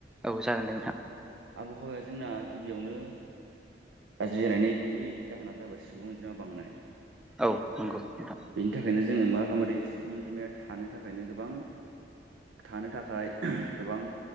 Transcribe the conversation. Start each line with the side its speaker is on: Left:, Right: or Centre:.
Centre: औ जागोन दे नोंथां।
Right: आबहावाया जोंना गिबियावनो गाज्रि जानायनि गुबै जाहोना जाबाय सुबुंजोंमा बांनाय।
Centre: औ नंगौ नोंथां
Right: बेनि थाखायनो जोङो मा खालामो थायो सुबुं अनजिमाया थानो थाखायनो गोबां थानो थाखाय गोबां।